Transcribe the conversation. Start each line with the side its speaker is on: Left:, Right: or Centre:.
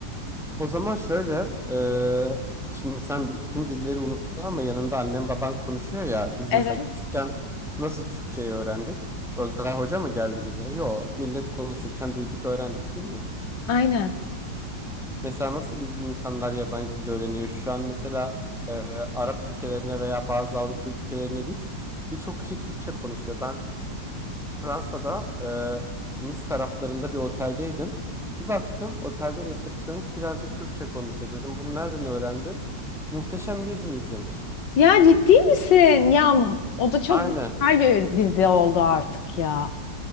Centre: O zaman şöyle, e, şimdi sen bütün dilleri unuttun ama yanında annen baban konuşuyor ya. Biz
Left: Evet.
Centre: mesela küçükken nasıl Türkçeyi öğrendik? Özel hoca mı geldi bize? Yo, millet konuşurken duyduk öğrendik değil mi?
Left: Aynen.
Centre: Mesela nasıl in- insanlar yabancı dilde öğreniyor? Şu an mesela e, Arap ülkelerine veya bazı Avrupa ülkelerine git. Birçok kişi Türkçe konuşuyor. Ben Fransa'da e, Nice taraflarında bir oteldeydim. Bir baktım otelde resepsiyonist birazcık Türkçe konuşuyor dedim. Bunu nereden öğrendin? Muhteşem Yüzyıl izlemiş.
Left: Ya ciddi misin? Ya o da çok
Centre: Aynen.
Left: güzel bir dizi oldu artık ya.